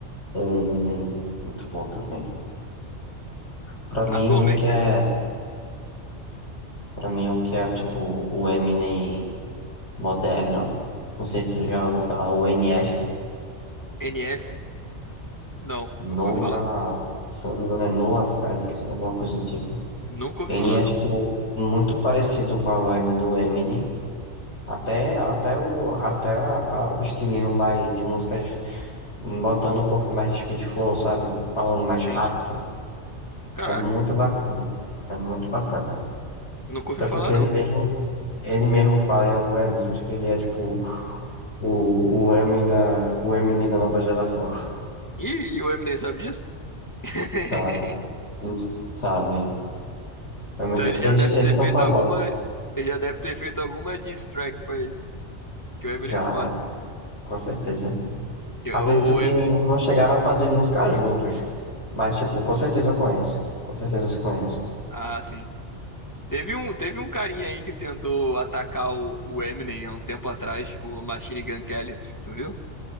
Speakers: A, on the left; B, on the left.
A: É, Eminem, muito bom também. Pra mim,
B: Atualmente,
A: um que é, pra mim, um que é tipo o Eminem moderno. Não sei se tu já ouviu falar, o NF,
B: NF. Não,
A: Noah,
B: nunca ouvi falar.
A: se eu não me engano, é Noah Felix, alguma coisa do tipo.
B: Nunca ouvi
A: Ele
B: falar,
A: é
B: não.
A: tipo muito parecido com a vibe do Eminem. Até, até, o, até a- a- o estilinho mais de músicas, botando um pouco mais de speed flow, sabe? Falando mais rápido.
B: E, Caraca.
A: É muito bacana. É muito bacana.
B: Nunca ouvi
A: Tanto
B: falar,
A: que
B: não.
A: ele mesmo, ele mesmo fala em algumas músicas que ele é tipo. O, o Eminem da, o Eminem da nova geração,
B: Ih, e o Eminem sabe disso? <laughs>
A: sabe? Eles, sabe? É muito,
B: Então ele já
A: eles,
B: deve
A: eles
B: ter
A: são
B: feito
A: famosos,
B: alguma. Ele já deve ter feito alguma diss track pra ele. Que o Eminem
A: já,
B: é foda.
A: já, com certeza.
B: Que
A: Acredito
B: o,
A: que
B: o Eminem.
A: não chegaram a fazer música juntos, mas, tipo, com certeza eu conheço. Com certeza se conhece.
B: Ah, sim. Teve um, teve um carinha aí que tentou atacar o, o Eminem há um tempo atrás, o Machine Gun Kelly, tu, tu viu?